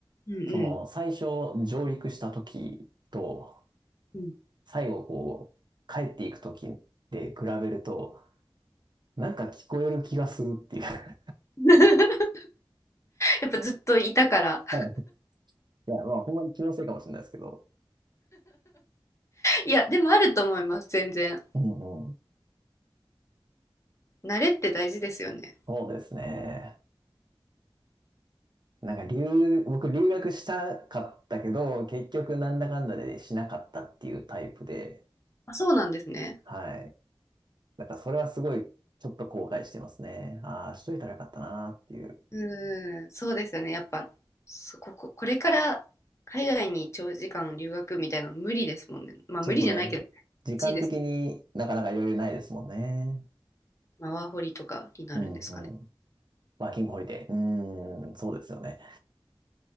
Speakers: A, on the left (about 30°); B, on the right (about 55°).
A: うんうん。
B: その、最初上陸した時と、
A: うん
B: 最後こう、帰っていく時で比べると、なんか聞こえる気がするっていう。
A: <laughs> やっぱずっといたから。
B: <laughs> はいいや、まあ、ほんまに気のせいかもしれないですけど。
A: いや、でもあると思います、全然。
B: うんうん。
A: 慣れって大事ですよね。
B: そうですね。なんか留、僕留学したかったけど、結局なんだかんだでしなかったっていうタイプで、
A: あ、そうなんですね。
B: はい。だからそれはすごい、ちょっと後悔してますね。ああ、しといたらよかったなっていう。
A: うん、そうですよね。やっぱ、そここ、これから海外に長時間留学みたいなの無理ですもんね。まあ無理じゃないけど、
B: ちょっとね、時間的になかなか余裕ないですもんね。
A: いいですね。まあワーホリとかになるんですかね。
B: うんうん。ワーキングホリデー。うーん、そうですよね。